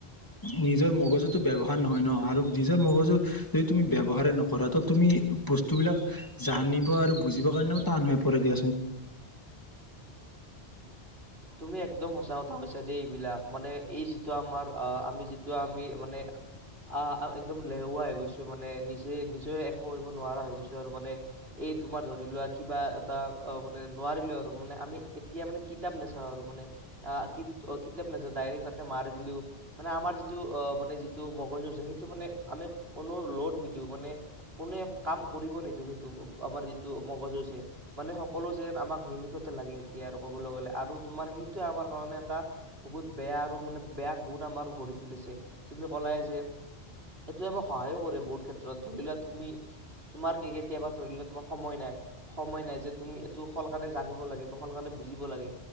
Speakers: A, on the left; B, on the right.
A: নিজৰ মগজুতো ব্যৱহাৰ নহয় ন, আৰু নিজৰ মগজু যদি তুমি ব্যৱহাৰে নকৰা, ত তুমি বস্তুবিলাক জানিব আৰু বুজিব কাৰণেয়ো টান হৈ পৰে দিয়াচোন।
B: তুমি একদম সঁচা কথা কৈছা দেই এইবিলাক, মানে এই যিটো আমাৰ আহ আমি যিটো আমি মানে আঁহ একদম এলেহৱা হৈ গৈছো মানে নিজে নিজে একো কৰিব নোৱাৰা হৈ গৈছো আৰু মানে। এই তোমাৰ ধৰি লোৱা কিবা এটা অঁ মানে নোৱাৰিলো আৰু মানে আমি এতিয়া মানে কিতাপ নে চাও আৰু মানে আ কিন্ত কিতাপ নাচাও ডাইৰেক্ট তাতে মাৰি দিলো মানে আমাৰ যিটো অ মানে যিটো মগজু যে সেইটো মানে আমি কোনো ল'ড নিদিওঁ মানে কোনো একো কাম কৰিব নিদো সেইটো আমাৰ যিটো মগজু আছে মানে সকলো যেন আমাক নিমিষতে লাগে এতিয়া আৰু কবলৈ গ'লে আৰু তোমাৰ সেইটোৱে আমাৰ কাৰণে এটা বহুত বেয়া আৰু মানে বেয়া গুণ আমাৰ গঢ়ি তুলিছে তুমি ক'লাই যে এইটো আমাক সহায়ো কৰে বহুত ক্ষেত্ৰত ধৰি লোৱা তুমি তোমাৰ কি কেতিয়াবা ধৰিলোৱা তোমাৰ সময় নাই সময় নাই যে তুমি এইটো সোনকালে জানিব লাগে বা সোনকালে বুজিব লাগে